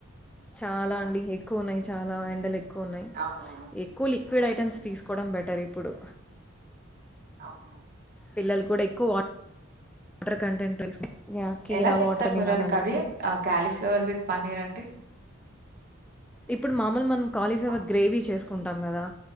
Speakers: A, in the centre; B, on the right.
A: చాలా
B: యా
A: అండి ఎక్కువ ఉన్నాయి చాలా ఎండలు ఎక్కువ ఉన్నాయి
B: అవును
A: ఎక్కువ లిక్విడ్
B: అవును
A: ఐటమ్స్ తీసుకోవడం బెటర్ ఇప్పుడు
B: అవును
A: పిల్లలు కూడా ఎక్కువ వాటర్ కంటెంట్ తీసు యాహ్! కీర,
B: ఎలా చేస్తారు
A: వాటర్ మిలన్
B: మీరు అది
A: అలాగా
B: కర్రీ క్యాలీఫ్లవర్ విత్ పన్నీర్ అంటే
A: ఇప్పుడు మామూలు మనం కాలీఫ్లేవర్
B: ఆ,
A: గ్రేవీ చేసుకు కుంటాం కదా